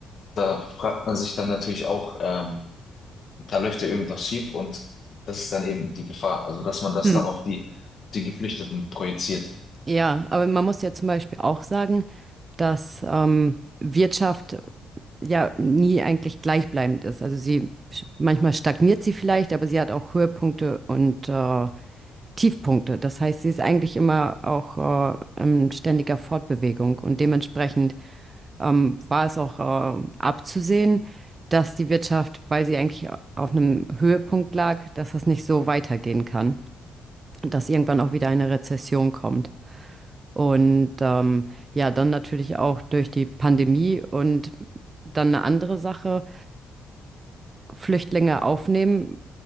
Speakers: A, on the left; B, on the right.
A: Da fragt man sich dann natürlich auch, ähm, da läuft ja irgendwas schief und das ist dann eben die Gefahr. Also, dass man das
B: Mhm.
A: dann auf die, auf die Geflüchteten projiziert.
B: Ja, aber man muss ja zum Beispiel auch sagen, dass ähm, Wirtschaft ja nie eigentlich gleichbleibend ist. Also sie manchmal stagniert sie vielleicht, aber sie hat auch Höhepunkte und äh, Tiefpunkte. Das heißt, sie ist eigentlich immer auch äh, in ständiger Fortbewegung und dementsprechend ähm, war es auch äh, abzusehen, dass die Wirtschaft, weil sie eigentlich auf einem Höhepunkt lag, dass das nicht so weitergehen kann, dass irgendwann auch wieder eine Rezession kommt. Und ähm, ja, dann natürlich auch durch die Pandemie und dann eine andere Sache, Flüchtlinge aufnehmen?